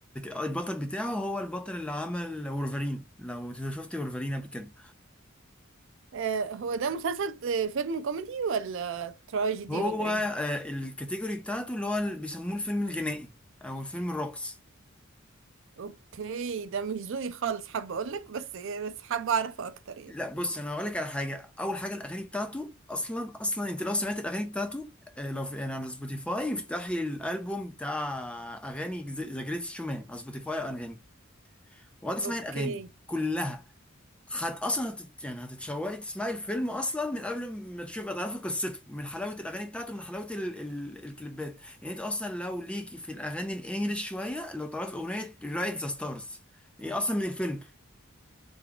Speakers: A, in the centre; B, on the right.
A: البطل بتاعه هو البطل اللي عمل وولفرين لو شفت وولفرين قبل كده
B: آه، هو ده مسلسل آه، فيلم كوميدي ولا تراجيدي
A: هو
B: ولا ايه
A: آه الكاتيجوري بتاعته اللي هو اللي بيسموه الفيلم الغنائي او الفيلم الرقص
B: اوكي ده مش ذوقي خالص حابة اقولك بس بس حابة اعرفه اكتر يعني
A: لا بص انا هقول لك على حاجه اول حاجه الاغاني بتاعته اصلا اصلا انت لو سمعت الاغاني بتاعته آه، لو في يعني على سبوتيفاي افتحي الالبوم بتاع اغاني ذا جريتست شومان على سبوتيفاي اغاني وقعد اسمعي
B: اوكي
A: الاغاني كلها هت اصلا هتت يعني هتتشوقي تسمعي الفيلم اصلا من قبل ما تشوفي تعرفي قصته من حلاوه الاغاني بتاعته من حلاوه ال... ال... الكليبات يعني انت اصلا لو ليكي في الاغاني الانجليش شويه لو تعرفي اغنيه رايت ذا ستارز هي اصلا من الفيلم